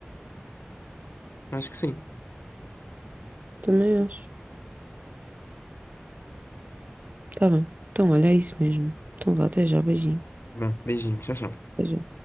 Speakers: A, on the left; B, on the right.
A: Acho que sim.
B: também acho. Tá bem. Então, olha, é isso mesmo. Então, vá, até já, beijinho.
A: Tá, bom, Beijinho, tchau, tchau.
B: Até já.